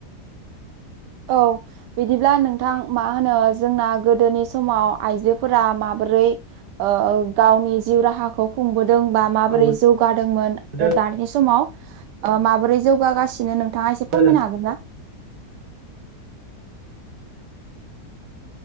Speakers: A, on the right; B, on the right.
A: औ बिदिब्ला नोंथां मा होनो जोंना गोदोनि समाव आइजोफोरा माबोरै ओ ओं गावनि जिउ राहाखौ खुंबोदों बा माबोरै
B: औ
A: जौगादोंमोन
B: दोङो
A: आरो दानि समाव ओ माबोरै जौगासिनो नों थाङा एसे फोरमायनो
B: नोंथां
A: हागोन ना?